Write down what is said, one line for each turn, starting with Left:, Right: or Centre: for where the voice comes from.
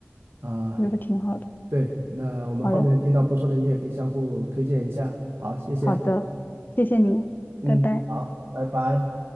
Right: 啊，
Left: 我觉得挺好的。
Right: 对，那我们后面听到不错的音乐可以相互推荐一下。
Left: 好的，
Right: 好，谢谢。
Left: 好的，谢谢你，
Right: 嗯，
Left: 拜拜。
Right: 好，拜拜。